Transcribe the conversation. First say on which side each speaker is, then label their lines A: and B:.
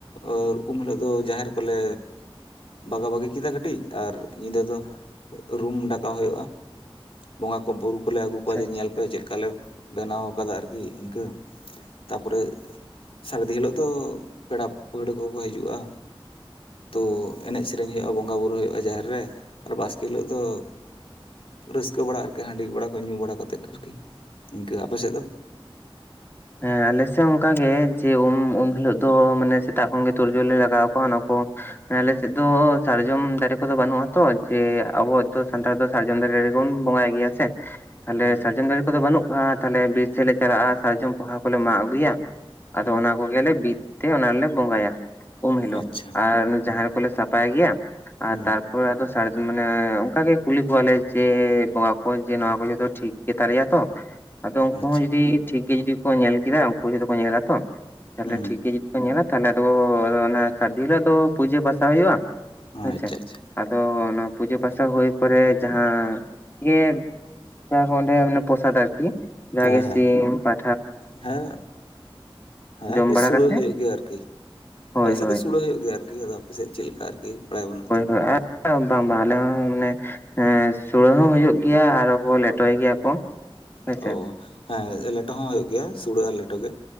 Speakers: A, on the left; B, on the left.
A: ᱮᱸ ᱩᱢ ᱦᱤᱞᱚᱜ ᱫᱚ ᱡᱟᱦᱮᱨ ᱠᱚᱞᱮ ᱵᱟᱜᱟ ᱵᱟᱜᱤ ᱠᱮᱫᱟ ᱠᱟᱹᱴᱤᱡ ᱟᱨ ᱧᱤᱫᱟᱹ ᱫᱚ ᱨᱩᱢ ᱰᱟᱠᱟᱣ ᱦᱩᱭᱩᱜ-ᱟ᱾ ᱵᱚᱸᱜᱟ ᱠᱚ ᱵᱩᱨᱩ ᱠᱚᱞᱮ ᱟᱹᱜᱩ
B: ᱟᱪᱪᱷᱟ
A: ᱠᱚᱣᱟ ᱡᱮ
B: ᱟᱪᱪᱷᱟ
A: ᱧᱮᱞ ᱯᱮ ᱪᱮᱫ ᱞᱮᱠᱟ ᱞᱮ ᱵᱮᱱᱟᱣ ᱠᱟᱫᱟ ᱟᱨᱠᱤ ᱤᱱᱠᱟᱹ, ᱛᱟᱨᱯᱚᱨᱮ ᱥᱟᱹᱨᱤᱫᱤ ᱦᱤᱞᱳᱜ ᱫᱚ ᱯᱮᱲᱟ ᱯᱟᱹᱦᱲᱟᱹ ᱠᱚ ᱠᱚ ᱦᱤᱡᱩᱜ-ᱟ, ᱛᱚ ᱮᱱᱮᱡ ᱥᱮᱨᱮᱧ ᱦᱩᱭᱩᱜ-ᱟ ᱵᱚᱸᱜᱟ ᱵᱩᱨᱩ ᱦᱩᱭᱩᱜ-ᱟ ᱡᱟᱦᱮᱨ ᱨᱮ ᱟᱨ ᱵᱟᱥᱠᱮ ᱦᱤᱞᱚᱜ ᱫᱚ ᱨᱟᱹᱥᱠᱟᱹ ᱵᱟᱲᱟ ᱟᱨᱠᱤ ᱦᱟᱺᱰᱤ ᱵᱟᱲᱟ ᱠᱚ ᱧᱩ ᱵᱟᱲᱟ ᱠᱟᱛᱮᱫ ᱟᱨᱠᱤ ᱤᱱᱠᱟᱹ, ᱟᱯᱮ ᱥᱮᱫ ᱫᱚ?
B: ᱦᱮᱸ ᱟᱞᱮ ᱥᱮᱫ ᱦᱚᱸ ᱚᱱᱠᱟ ᱜᱮ ᱡᱮ ᱩᱢ ᱩᱢ ᱦᱤᱞᱚᱜ ᱫᱚ ᱢᱟᱱᱮ ᱥᱮᱛᱟᱜ ᱠᱷᱚᱱ ᱜᱮ ᱛᱳᱲᱡᱳᱲ ᱞᱮ ᱞᱟᱜᱟᱣ ᱠᱚᱣᱟ ᱚᱱᱟ ᱠᱚ ᱟᱞᱮ ᱥᱮᱫ ᱫᱚ ᱥᱟᱨᱡᱚᱢ ᱫᱟᱨᱮ ᱠᱚᱫᱚ ᱵᱟᱹᱱᱩᱜ-ᱟ ᱛᱚ ᱡᱮ ᱟᱵᱚ ᱫᱚ ᱥᱟᱱᱛᱟᱲ ᱫᱚ ᱥᱟᱨᱡᱚᱢ ᱫᱟᱨᱮ ᱨᱮᱵᱚᱱ ᱵᱚᱸᱜᱟᱭ ᱜᱮᱭᱟ ᱥᱮ᱾ ᱛᱟᱦᱞᱮ
A: ᱦᱩᱸ
B: ᱥᱟᱨᱡᱚᱢ ᱫᱟᱨᱮ ᱠᱚᱫᱚ ᱵᱟᱹᱱᱩᱜ-ᱟ ᱛᱟᱦᱚᱞᱮ ᱵᱤᱨ ᱥᱮᱫ ᱞᱮ ᱪᱟᱞᱟᱜ-ᱟ ᱥᱟᱨᱡᱚᱢ ᱯᱚᱦᱟ ᱠᱚᱞᱮ ᱢᱟᱜ ᱟᱹᱜᱩᱭᱟ
A: ᱦᱩᱸ
B: ᱟᱫᱚ ᱚᱱᱟ ᱠᱚᱜᱮ ᱞᱮ ᱵᱤᱫ ᱛᱮ ᱚᱱᱟ ᱨᱮᱞᱮ ᱵᱚᱸᱜᱟᱭᱟ ᱩᱢ ᱦᱤᱞᱚᱜ
A: ᱟᱪᱪᱷᱟ
B: ᱟᱨ ᱚᱱᱟ
A: ᱦᱩᱸ
B: ᱡᱟᱦᱟᱸ ᱠᱚᱞᱮ ᱥᱟᱯᱟᱭ ᱜᱮᱭᱟ ᱟᱨ
A: ᱦᱩᱸ
B: ᱛᱨ ᱯᱚᱨᱮ ᱟᱫᱚ ᱥᱟᱨᱫ ᱢᱟᱱᱮ ᱚᱱᱠᱟ ᱜᱮ ᱠᱩᱞᱤ ᱠᱚᱣᱟᱞᱮ ᱡᱮ ᱵᱚᱸᱜᱟ ᱠᱚ ᱡᱮ ᱱᱚᱣᱟ ᱠᱚ ᱡᱚᱛᱚ ᱴᱷᱤᱠ ᱜᱮᱛᱟᱞᱮᱭᱟ ᱛᱚ,
A: <inaudible>
B: ᱟᱫᱚ ᱩᱱᱠᱩ
A: ᱟᱪᱪᱷᱟ
B: ᱦᱚᱸ ᱡᱩᱫᱤ ᱴᱷᱤᱠ ᱜᱮ ᱡᱩᱫᱤ ᱠᱚ ᱧᱮᱞ ᱠᱮᱫᱟ ᱩᱱᱠᱩ ᱡᱷᱚᱛᱚ ᱠᱚ ᱧᱮᱞᱟ ᱛᱚ, ᱛᱟᱦᱞᱮ
A: ᱦᱩᱸ
B: ᱴᱷᱤᱠ ᱜᱮ ᱠᱚ ᱧᱮᱞᱟ ᱛᱟᱦᱚᱞᱮ ᱟᱫᱚ ᱚᱱᱟ ᱥᱟᱹᱨᱫᱤ ᱦᱤᱞᱚᱜ ᱫᱚ ᱯᱩᱡᱟᱹ ᱯᱟᱥᱟ ᱦᱩᱭᱩᱜ-ᱟ,
A: ᱟᱪᱪᱷᱟ
B: ᱦᱮᱸᱥᱮ,
A: ᱟᱪᱪᱷᱟ
B: ᱟᱫᱚ ᱚᱱᱟ ᱯᱩᱡᱟᱹ ᱯᱟᱥᱟ ᱦᱩᱭ ᱯᱚᱨᱮ ᱡᱟᱦᱼᱼ ᱦᱟᱸ ᱜᱮ ᱡᱟᱦᱟᱸ ᱠᱚ ᱚᱸᱵᱮ ᱢᱟᱱᱮ ᱯᱨᱚᱥᱟᱫ ᱟᱨᱠᱤ, ᱡᱟ
A: ᱦᱮᱸ
B: ᱜᱮ
A: ᱦᱮᱸ
B: ᱥᱤᱢ, ᱯᱟ
A: ᱦᱮᱸ, ᱦᱮᱸ
B: ᱡᱚᱢ
A: ᱟᱨᱠᱤ
B: ᱵᱟᱲᱟ
A: ᱥᱩᱲᱟᱹ
B: ᱠᱟᱛᱮ
A: ᱦᱩᱭᱩᱜ ᱜᱮᱭᱟ ᱟᱨᱠᱤ,
B: ᱦᱳᱭ
A: ᱟᱞᱮ ᱥᱮᱫ
B: ᱦᱳᱭ
A: ᱫᱚ ᱥᱩᱲ ᱲᱟᱹ ᱦᱩᱭᱩᱜ ᱜᱮᱭᱟ ᱟᱨᱠᱤ ᱟᱫᱚ ᱟᱯᱮ ᱥᱮᱫ ᱪᱮᱫ ᱞᱮᱠᱟ ᱟᱨᱠᱤ᱾ ᱵᱟᱲᱟᱭ ᱵᱟᱹᱱᱩᱜ
B: ᱦᱳᱭ
A: ᱟᱛᱚ ᱩᱱᱟᱹᱜ
B: ᱦᱳᱭ ᱟᱨ ᱵᱟᱝ ᱵᱟᱝ ᱟᱞᱮ ᱦᱚᱸ ᱢᱟᱱᱮ, ᱦᱮᱸ ᱥᱩᱲᱟᱹ ᱦᱚᱸ ᱦᱩᱭᱩᱜ ᱜᱮᱭᱟ ᱟᱨ ᱠᱚ ᱞᱮᱴᱚᱭ ᱜᱮᱭᱟ ᱠᱚ᱾ ᱦᱮᱸᱥᱮ
A: ᱚ ᱦᱮ ᱞᱮᱴᱚ ᱦᱚᱸ ᱦᱳᱭᱳᱜ ᱜᱮᱭᱟ ᱥᱩᱲᱟᱹ ᱟᱨ ᱞᱮᱴᱚ ᱜᱮ᱾